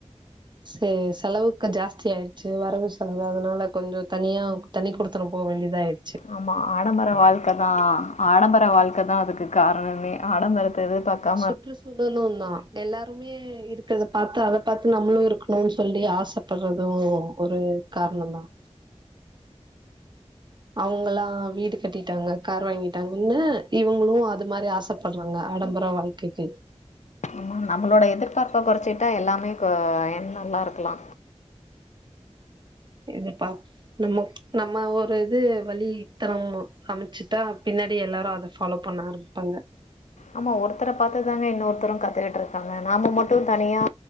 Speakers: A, on the right; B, on the left.
A: செ-செலவு கொஞ்ச ஜாஸ்தி ஆயிடுச்சு வரவு செலவு அதனால கொஞ்ச தனியா தனி குடுத்தனாம் போ வேண்டியதா ஆயடு
B: ஆமா ஆடம்பர வாழ்க்கை தா ஆடம்பர வாழ்க்கை தான் அதுக்கு காரணமே ஆடம்பரத்த எதிர்பார்க்க
A: சுற்றுச்சூழலும் தான் எல்லாருமே இருக்கத பார்த்து அத பார்த்து நம்மளு இருக்கணும்னு சொல்லி ஆசப்படுறதும் ஒரு காரணம் தான் அவங்களா வீடு கட்டிட்டாங்க கார் வாங்கிட்டாங்கன்னு இவங்களு அது மாரி ஆசைப்படுறாங்க ஆடம்பர வாழ்க்கைக்கு
B: ம் நம்மளோட எதிர்பார்ப்ப குறைச்சிட்டா எல்லாமே கோ நல்லா இருக்கலா
A: எதுப்பா நம்ம-நம்ம ஒரு இது வழி த்தர மைச்சிட்டா பின்னாடி எல்லாரு அத ஃபாலோ பண்ண ஆரம்பிப்பாங்க
B: ஆமா ஒருத்தர பாத்துதாங்க இன்னொருத்தரு கத்துக்கிட்டு இருக்காங்க நாம மட்டு தனியா